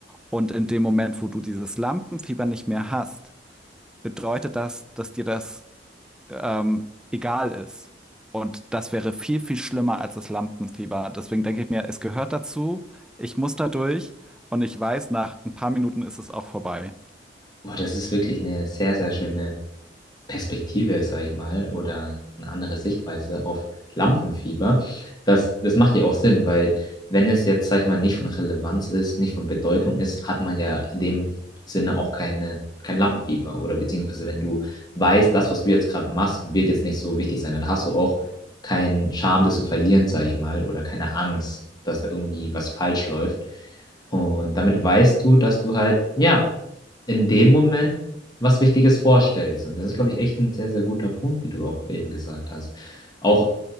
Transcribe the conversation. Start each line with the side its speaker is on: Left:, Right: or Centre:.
Centre: Und in dem Moment, wo du dieses Lampenfieber nicht mehr hast, bedeutet das, dass dir das ähm, egal ist. Und das wäre viel, viel schlimmer als das Lampenfieber. Deswegen denke ich mir, es gehört dazu, ich muss da durch und ich weiß, nach ein paar Minuten ist es auch vorbei.
Left: Boah, das ist wirklich eine sehr, sehr schöne Perspektive, sage ich mal, oder eine andere Sichtweise auf Lampenfieber, das, das macht ja auch Sinn, weil wenn es jetzt, sage ich mal, nicht von Relevanz ist, nicht von Bedeutung ist, hat man ja in dem Sinne auch keine, kein Lampenfieber. Oder beziehungsweise wenn du weißt, das, was du jetzt gerade machst, wird jetzt nicht so wichtig sein, dann hast du auch keinen Charme, das zu verlieren, sage ich mal, oder keine Angst, dass da irgendwie was falsch läuft. Und damit weißt du, dass du halt, ja, in dem Moment was Wichtiges vorstellst. Und das ist, glaube ich, echt ein sehr, sehr guter Punkt, wie du auch eben gesagt hast. Auch